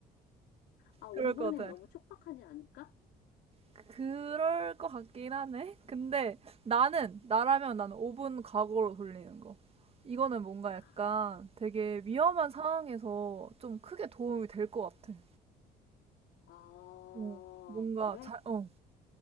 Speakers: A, on the left (about 85°); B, on the right (about 35°).
A: 아, 5분엔
B: 그럴 것 같아.
A: 너무 촉박하지 않을까?
B: 그럴 것 같긴 하네. 근데 나는, 나라면 나는 5분 과거로 돌리는 거. 이거는 뭔가
A: 아,
B: 약간 되게 위험한
A: 어.
B: 상황에서 좀 크게 도움이 될 것 같아.
A: 아,
B: 어, 뭔가
A: 그래?
B: 잘, 어,